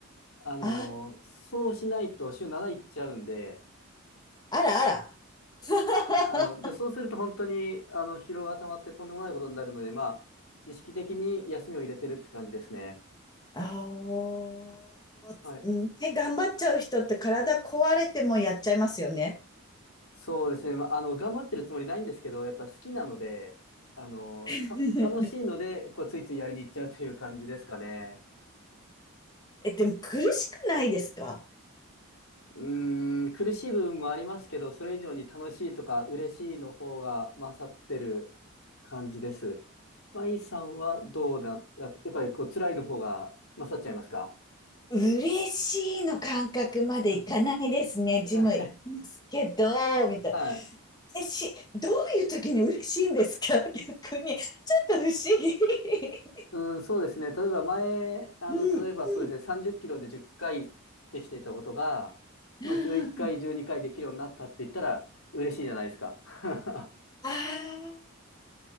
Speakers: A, on the left (about 70°); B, on the left (about 20°).
A: あの、
B: あ、
A: そうしないと週7いっちゃうんで、
B: あらあら。<laughs>
A: はいあの、で、そうすると本当に、あの、疲労が溜まってとんでもないことになるので、まあ、意識的に休みを入れてるって感じですね。
B: あー
A: はい。
B: ね、頑張っちゃう人って体壊れてもやっちゃいますよね。
A: そうですね、まあ、あの、頑張ってるつもりないんですけど、やっぱ好きなので、あの、
B: <laughs>
A: た、楽しいので、こう、ついついやりに行っちゃうという感じですかね。
B: え、でも苦しくないですか
A: うーん、苦しい部分もありますけど、それ以上に楽しいとか嬉しいの方が勝ってる感じです。マイさんはどうだ、ややっぱりこう、辛いの方が勝っちゃいますか
B: 嬉しいの感覚までいかないですね。
A: うん、いかない。
B: ジム行きますけど、みたい
A: <laughs> はい。
B: え、し、どういう時に嬉しいんですか <laughs> 逆に。ちょっと不思議。<laughs>
A: うん、そうですね。例えば前、あの、
B: うんうん
A: 例えばそうですね、30キロで10回できていたことが、
B: うんうん
A: まあ、11回、12回できるようになったって言ったら、嬉しいじゃないですか。<laughs>
B: ああ、